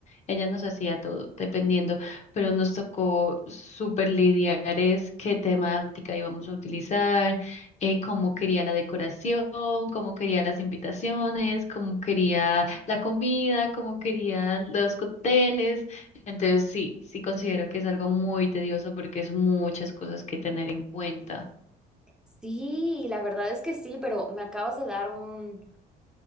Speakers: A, on the left; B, in the centre.
A: Ella nos hacía todo, dependiendo, pero nos tocó súper lidiar es qué temática íbamos a utilizar, eh, cómo quería la decoración, cómo quería las invitaciones, cómo quería la comida, cómo quería los cócteles. Entonces sí, sí considero que es algo muy tedioso porque es muchas cosas que tener en cuenta.
B: Sí, la verdad es que sí, pero me acabas de dar un